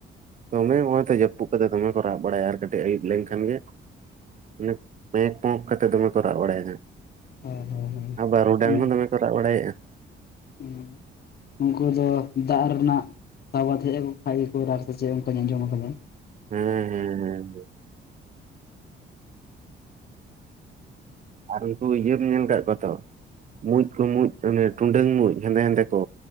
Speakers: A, on the right (about 40°); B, on the left (about 50°).
A: ᱫᱚᱢᱮ ᱱᱚᱜ-ᱚᱭ ᱛᱚ ᱡᱟᱹᱯᱩᱜ ᱚᱠᱚᱭ ᱫᱚ ᱫᱚᱢᱮ ᱠᱚ ᱨᱟᱜ ᱵᱟᱲᱟᱭᱟ ᱟᱨ ᱠᱟᱹᱴᱤᱡ ᱟᱹᱭᱩᱵ ᱞᱮᱱᱠᱷᱟᱱ ᱜᱮ ᱢᱟᱱᱮ ᱯᱮᱸᱠ ᱯᱚᱸᱠ ᱠᱟᱛᱮ ᱫᱚᱢᱮ ᱠᱚ ᱨᱟᱜ ᱵᱟᱲᱟᱭᱟ ᱫᱟ᱾
B: ᱦᱳᱭ ᱦᱳᱭ ᱦᱳᱭ
A: ᱵᱟᱨᱩᱰᱟᱝ ᱦᱚᱸ ᱫᱚᱢᱮ ᱠᱚ ᱨᱟᱜ ᱵᱟᱲᱟᱭᱮᱜ-ᱟ᱾
B: ᱦᱩᱸ ᱩᱱᱠᱩ ᱫᱚ ᱫᱟᱜ ᱨᱮᱱᱟᱜ ᱥᱟᱵᱟᱫ ᱦᱮᱡ ᱟᱠᱚ ᱠᱷᱟᱱ ᱜᱮᱠᱚ ᱨᱟᱜ ᱥᱮ ᱪᱮᱫ ᱩᱱᱠᱟ ᱟᱸᱡᱚᱢ ᱟᱠᱟᱫᱟ ᱾
A: ᱦᱮᱸ ᱦᱮᱸ ᱦᱮᱸ᱾ ᱟᱨ ᱩᱝᱠᱩ ᱤᱭᱟᱹᱢ ᱧᱮᱞ ᱠᱟᱜ ᱠᱚᱣᱟ ᱛᱚ ᱢᱩᱡ ᱠᱚ ᱢᱩᱡ ᱚᱱᱮ ᱴᱩᱰᱟᱹᱝ ᱢᱩᱡ ᱦᱮᱸᱫᱮ ᱦᱮᱸᱫᱮ ᱠᱚ?